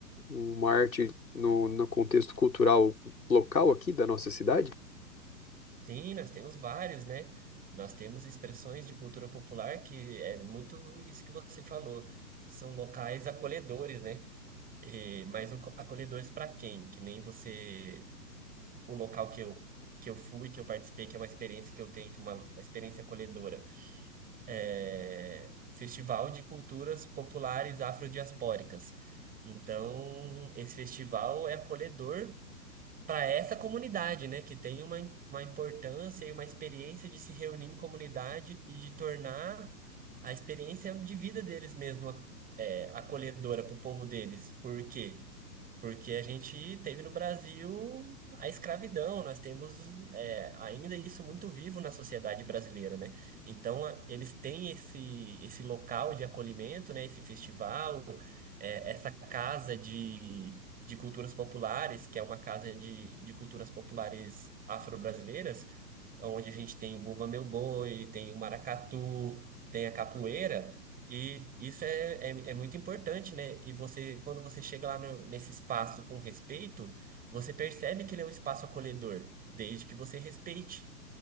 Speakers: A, on the left; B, on the right.
A: uma arte no, no contexto cultural local aqui da nossa cidade?
B: Sim, nós temos vários, né? Nós temos expressões de cultura popular que é muito isso que você falou. São locais acolhedores, né? E, mas o- acolhedores para quem? Que nem você, o local que eu, que eu fui, que eu participei, que é uma experiência que eu tenho, que é uma, uma experiência acolhedora. É, Festival de Culturas Populares Afrodiaspóricas. Então, esse festival é acolhedor para essa comunidade, né, que tem uma, uma importância e uma experiência de se reunir em comunidade e de tornar a experiência de vida deles mesmo é, acolhedora para o povo deles. Por quê? Porque a gente teve no Brasil a escravidão, nós temos é, ainda isso muito vivo na sociedade brasileira, né? Então, a- eles têm esse, esse local de acolhimento, né, esse festival, é, essa casa de culturas populares, que é uma casa de, de culturas populares afro-brasileiras, é onde a gente tem o Bumba Meu Boi, tem o maracatu, tem a capoeira, e isso é, é, é muito importante, né? E você, quando você chega lá no- nesse espaço com respeito, você percebe que ele é um espaço acolhedor, desde que você respeite.